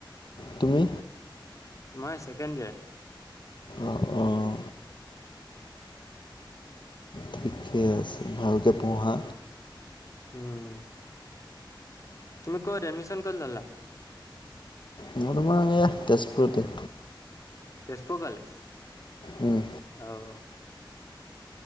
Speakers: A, on the left (about 65°); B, on the left (about 40°).
A: তুমি
B: মই চেকেণ্ড ইয়াৰ
A: অঁ অঁ ঠিকে আছে ভালকে পঢ়া।
B: উম। তুমি কৰ' এডমিশন কৰিলা?
A: মোৰ তোমাৰ এইয়া তেজপুৰতে।
B: তেজপুৰ কলেজ
A: উম,
B: অ'।